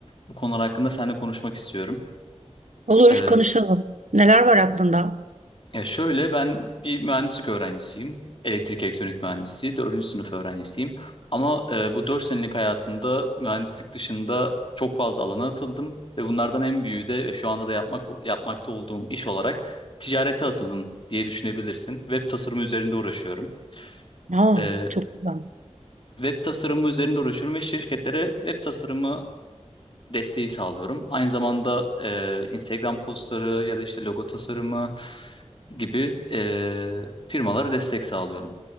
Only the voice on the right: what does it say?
Olur
konuşalım. Neler var aklında?
Aa,
çok güzel.